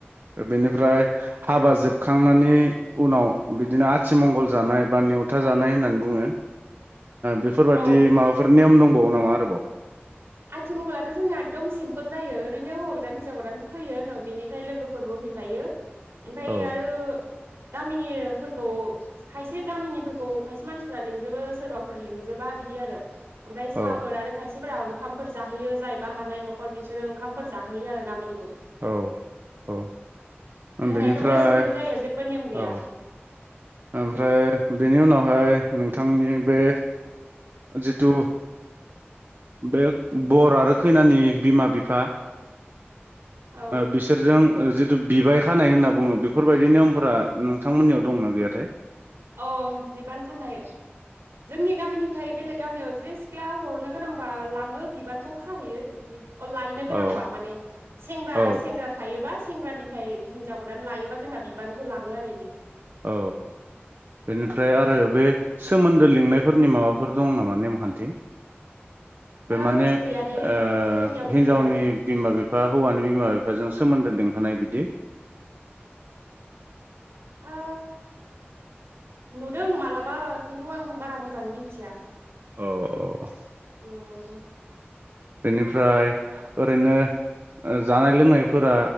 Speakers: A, on the right; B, on the right.
A: बेनिफ्राय हाबा जोबखांनायनि उनाव बिदिनो आथिमंगल जानाय बा नेवथा जानाय होननानै बुङो बेफोरबायाददि
B: औ
A: माबाफोर नेयम दंबावो नामा आरोबाव
B: आथिमंगलाथ' जोंना एकदम सिम्पोल सोल जायो ओरैनो हौा गोदान हिनजाव गोदान फैयो उनाव बिनिफ्राय लोगोफोरबो हैफायो बाय
A: औ
B: आयु गामिनिफोरखौ खायसे गामिनिफोरखौ खायसे मानसिफ्रा लिंजोबो सोरबाफोर लिंजोबा बिदि आरो ओमफ्राय साहाफोर
A: औ
B: आरो खायसे फोरा ओंखाम फोर जाहोयो जायब हानाय न'खर बिसोरो ओंखामफोर जाहोयो आरो गामिनि
A: औ औ
B: जोंना
A: बेनिफ्राय
B: एकदमबारे सिम्पोल जायो जेबो नेम गैया
A: औ ओमफ्राय बेनि उनावहाय नों थांनि बे जिथु बे बर आरो खैनानि बिमा बिफा
B: औ
A: बिसोरजों जि बिबाय खानाय होनना बुङो बेफोरबायदि नियमफोरा नोंथांमोननियाव दंना गैयाथाय
B: औ बिबान खानाय जोंनि गामिनिफ्राय बेलेग गामियाव जिरै सिख्ला हरनो गोनांबा लाङो बिबानखौ खाहैयो बिदि अ लायनो गोनांबा
A: औ
B: माने सेंग्रा
A: औ
B: सेंग्रा थायोबा सेंग्रानिफ्राय हिन्जाव गोदान लायोबा जोंना बिबानखौ लाङो आरो इदि
A: औ बेनिफ्राय
B: औ
A: आरो बे सोमोन दो लिंनायफोरनि माबाफोर दं नामा नेमखान्थि बे
B: ओ
A: माने
B: बिदि गैया दे
A: ओ
B: जोंनियाव
A: हिनजावनि
B: गैजाया
A: बिमा बिफा हौवानि बिमा बिफा जों सोमोन्दो लिंहोनाय बिदि
B: ओ नुदों मालाबा खिन्थु आं बारा मोजां मिथिया
A: औ औ
B: उम
A: बेनिफ्राय ओरैनो जानाय लोंनायफोरा